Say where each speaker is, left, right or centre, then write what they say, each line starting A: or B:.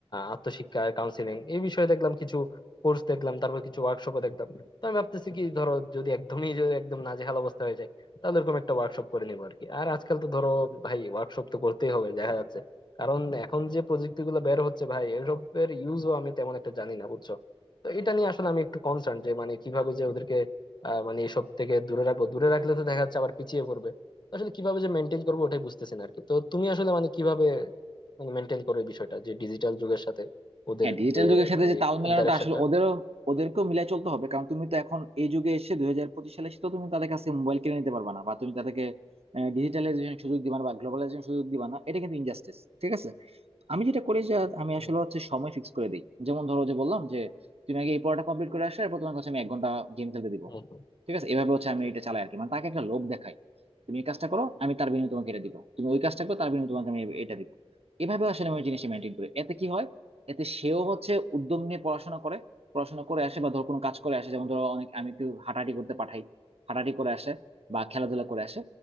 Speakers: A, on the left; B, on the right.
A: আত্মশিক্ষা কাউন্সিলিং এই বিষয়ে দেখলাম কিছু কোর্স দেখলাম তারপর কিছু ওয়ার্কশপও দেখলাম তো আমি ভাবতেছি কি ধরো যদি একদমই যদি একদম নাজেহাল অবস্থা হয়ে যায় তাহলে এরকম একটা ওয়ার্কশপ করে নিবো আর কি আর আজকাল তো ধরো ভাই ওয়ার্কশপ তো করতেই হবে দেখা যাচ্ছে কারণ এখন যে প্রযুক্তি গুলো বের হচ্ছে ভাই এসবের ইউজও আমি তেমন একটা জানি না বুঝছো তো এটা নিয়ে আসলে আমি একটু কনসার্ন যে মানে কিভাবে যে ওদেরকে আহ, মানে এসব থেকে দূরে রাখবো দূরে রাখলে তো দেখা যাচ্ছে আবার পিছিয়ে পড়বে আসলে কিভাবে যে মেনটেন করবো ওটাই বুঝতেছি না আরকি তো তুমি আসলে মানে কিভাবে মানে মেনটেন করো এই বিষয়টা যে ডিজিটাল যুগের সাথে ওদের
B: হ্যাঁ ডিজিটাল
A: যে
B: যুগের সাথে
A: মানে
B: যে তাল মেলানোটা
A: ইন্টারাকশনটা
B: আসলে ওদেরও ওদেরকেও মিলাই চলতে হবে কারণ তুমি তো এখন এই যুগে এসে দুই হাজার পঁচিশ সালে এসে তো তুমি তাদের কাছে মোবাইল কিনে নিতে পারবা না বা তুমি তাদেরকে ডিজিটালাইজেশন সুযোগ দিবা না বা গ্লোবালাইজেশন সুযোগ দিবা না এটা কিন্তু ইনজাস্টিস ঠিক আছে আমি যেটা করি যে আমি
A: হুম
B: আসলে
A: হুম
B: হচ্ছে সময় ফিক্স করে দিই যেমন ধরো যে বললাম যে তুমি আগে এই পড়াটা কমপ্লিট করে আসলে এরপর তোমাকে হচ্ছে আমি এক ঘন্টা গেম খেলতে দিব
A: হুম হুম।
B: ঠিক আছে এভাবে হচ্ছে আমি এটা চালাই আর কি মানে তাকে একটা লোভ দেখাই তুমি এই কাজটা করো আমি তার বিনিময়ে তোমাকে এটা দিব তুমি ওই কাজটা করো তার বিনিময়ে তোমাকে আমি এটা দিব এভাবে আসলে আমি জিনিসটা মেনটেন করি এতে কি হয় এতে সেও হচ্ছে উদ্যম নিয়ে পড়াশোনা করে পড়াশোনা করে আসে বা ধর কোনো কাজ করে আসে যেমন ধরো অনেক আমি একটু হাঁটাহাঁটি করতে পাঠাই হাঁটাহাঁটি করে আসে বা খেলাধুলা করে আসে